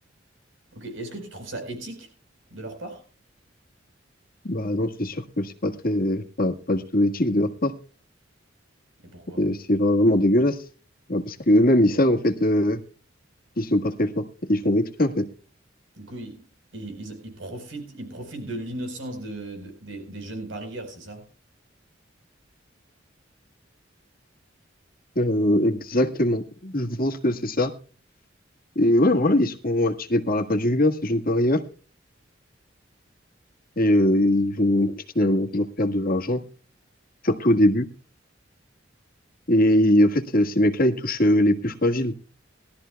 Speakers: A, on the right (about 80°); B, on the left (about 50°).
A: Ok. Est-ce que tu trouves ça éthique de leur part?
B: Bah non, c'est sûr que c'est pas très, pas, pas du tout éthique de leur part.
A: Et pourquoi?
B: Euh, c'est vraiment dégueulasse. Ouais, Parce que eux-mêmes, ils savent en fait euh, qu'ils sont pas très forts. Ils font exprès en fait.
A: Du coup, ils, ils- ils- ils profitent, ils profitent de l'innocence de- de- des, des jeunes parieurs, c'est ça?
B: Euh, exactement. Je pense que c'est ça. Et ouais, voilà, ils seront attirés par l'appât du gain, ces jeunes parieurs. et euh, ils vont finalement toujours perdre de l'argent, surtout au début. Et en fait, euh, ces mecs-là, ils touchent euh, les plus fragiles